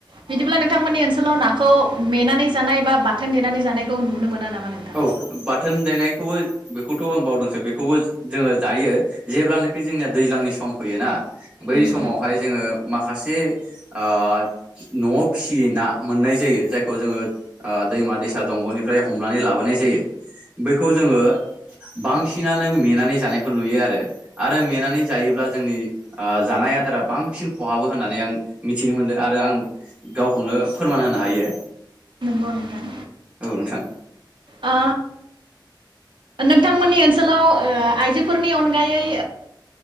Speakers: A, on the right; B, on the right.
A: बिदिब्ला नोंथांमोननि ओनस ओनसोलाव नाखौ मेनानै जानाय बा बाथोन देनानै जानायखौ नुनो मोना नामा? नोंथां?
B: औ बाथोन देनाय खौबो बेखौथ' आं बावदोंसो बेखौबो जोङो जायो जेब्लानोखि जोंनिया दैज्लांनि सम फैयोना बै
A: नंगौ
B: समावहाय
A: नोंथां।
B: जोङो माखासे ओ न'आव फिसियै ना मोननाय जायो जायखौ जोङो दैमा दैसा दंग'निफ्राय हमनानै लाबोन नाय जायो बैखौ जोङो बांसिनानो मेनानै जानायखौ नुयो आरो आरो मेनानै जायोब्ला जोंनि ओ जानाय आदारा बांसिन खहाबो होननानै आं मिथिनो मोन्दों आरो आं गावखौनो फोरमान होनो हायो।
A: नंगौ नोंथां
B: औ नोंथां
A: आ नोंथांमोननि ओनसोलाव आइजोफोरनि अनगायै